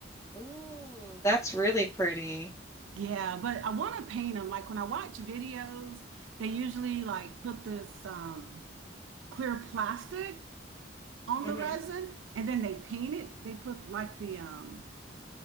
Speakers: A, on the left; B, on the right.
A: Ooh, that's really pretty.
B: Yeah, but I want to paint them. Like when I watch videos, they usually like put this um, clear plastic on
A: hmm
B: the resin and then they paint it. They put like the um,